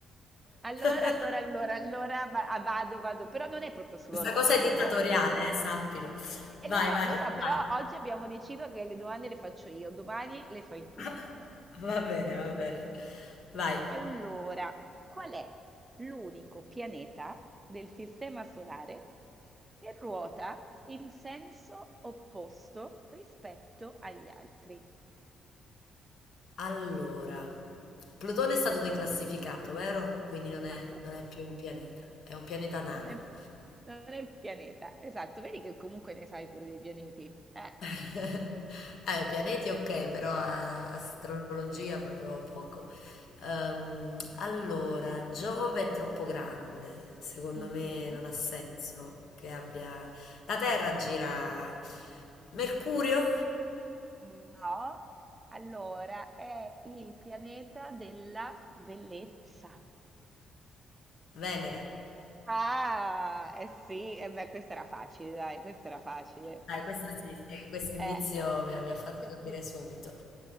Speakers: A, on the right; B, on the left.
A: Allora,
B: <laughs>
A: allora, allora, allora, va- ah, vado, vado, però non è proprio sull'oroscopo.
B: Questa cosa è dittatoriale, eh, sappilo. Vai,
A: E lo so,
B: vai,
A: lo so, però
B: vai.
A: oggi abbiamo deciso che le domande le faccio io, domani le fai tu.
B: <laughs> Va bene, va bene. Vai.
A: Allora, qual è l'unico pianeta del Sistema Solare che ruota in senso opposto rispetto agli altri?
B: Allora, Plutone è stato declassificato, vero? Quindi non è,
A: <laughs>
B: non è più un pianeta, è un pianeta nano.
A: Non è, non è il pianeta, esatto, vedi che comunque ne sai pure dei pianeti. Eh.
B: <laughs> Eh, pianeti ok, però a- astrologia proprio poco. Ehm, allora, Giove è troppo grande, secondo
A: Mhm.
B: me non ha senso che abbia... La Terra gira... Mercurio?
A: No, allora è il pianeta della bellezza.
B: Venere.
A: Ah, eh sì, e beh, questa era facile, dai, questa era facile.
B: Dai, questo sì, sì, questo indizio
A: Eh,
B: mi ha, mi ha fatto
A: per-
B: capire
A: per-
B: subito.